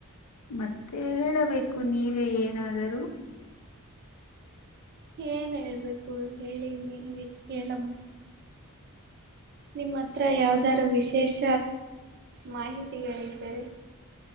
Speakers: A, on the left; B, on the right.
A: ಮತ್ತೆ ಹೇಳಬೇಕು ನೀವೇ ಏನಾದರೂ
B: ಏನ್ ಹೇಳ್ಬೇಕು ಹೇಳನಿ ಕೇಳಮ್ಮ ನಿಮ್ಮ ಹತ್ರ ಯಾವ್ದಾರೂ ವಿಶೇಷ ಮಾಹಿತಿಗಳ್ದಾರೆ